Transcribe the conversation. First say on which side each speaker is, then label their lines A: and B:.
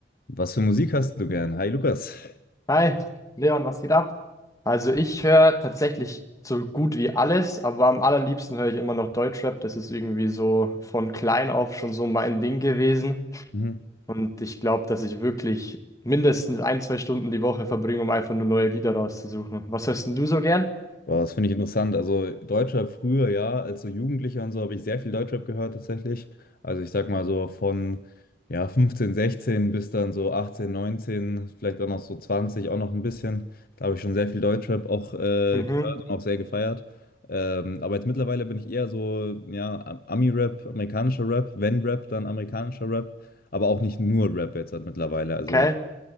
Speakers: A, on the left; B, on the left.
A: Was für Musik hast du gern? Hi Lukas.
B: Hi, Leon, was geht ab? Also ich höre tatsächlich so gut wie alles, aber am allerliebsten höre ich immer noch Deutschrap. Das ist irgendwie so von klein auf schon so mein Ding gewesen.
A: Mhm.
B: Und ich glaube, dass ich wirklich mindestens ein, zwei Stunden die Woche verbringe, um einfach nur neue Lieder rauszusuchen. Was hörst denn du so gern?
A: Boah, das finde ich interessant. Also Deutschrap früher, ja, als so Jugendlicher und so habe ich sehr viel Deutschrap gehört tatsächlich. Also ich sag mal so von ja, 15, 16 bis dann so 18, 19, vielleicht auch noch so 20 auch noch ein bisschen. Da habe ich schon sehr viel Deutschrap auch äh,
B: Mhm,
A: gehört und auch sehr gefeiert. Ähm, aber jetzt mittlerweile bin ich eher so, ja, Ami-Rap, amerikanischer Rap, wenn Rap, dann amerikanischer Rap, aber auch nicht nur Rap jetzt halt mittlerweile. Also
B: okay.
A: in